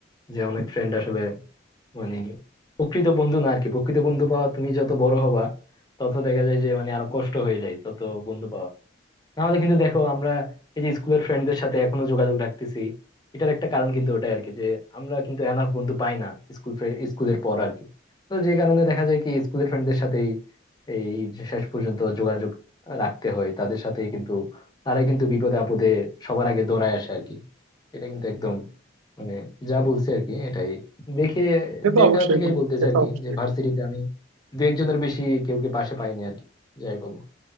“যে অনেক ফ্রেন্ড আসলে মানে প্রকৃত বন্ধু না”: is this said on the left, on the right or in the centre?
Left